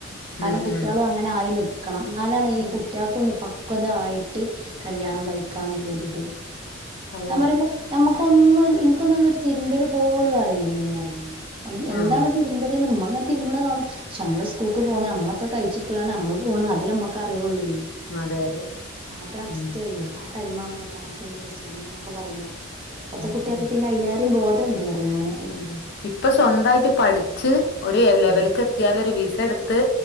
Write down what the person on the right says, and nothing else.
കാര്ണം
കുട്ടീള്
അങ്ങനെ ആയി നിക്കണം ഇന്നാലാണ് ഈ
കുട്ട്യേ ഇപൊന്ന് പക്വതായിട്ട് കല്യാണം കഴിക്കാന്നില്ലൊരിത്
ഞാ പറയുമ്പൊ നമുക്കൊന്നും എനിക്കൊന്നൊരു തിരുമ്പല് പോലും അറിയില്ലേന് പറയ് ഞാന്
എന്താണ് തിരുമ്പല് ഇമ്മങ്ങനെ തിരുമ്പ്ണ കാണും പക്ഷെ നമ്മള് സ്കൂൾക്ക് പോണ് നമ്മളൊക്ക കഴിച്ചിട്ട്ങ്ങാണ്ട് നമ്മള് പോണ് അതേ നമ്മക്കറിയൊള്ളു
ആഹ് ഒര് അവസ്
ആഹ് ടൈമാവ്മ്പൊ പത്താംക്ലാസ് കയിഞ് പ്ലസ് വണ്ണ്ന്നൊക്ക പറയുമ്പൊ ഇപത്തെ
കുട്ട്യേക്ക
പിന്നെ അയിലേറെ ബോ ഇതുണ്ട് പറയാന്
ഉം